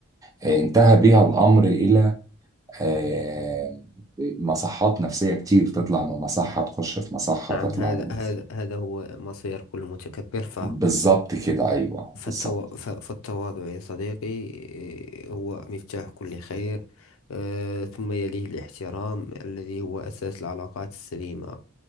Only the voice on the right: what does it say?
آه، انتهى بيها الأمر إلى آه، مصحات نفسية كتير تطلع من مصحة تخش في مصحة
تطلع
من
مصحة
بالظبط كده أيوه
بالظبط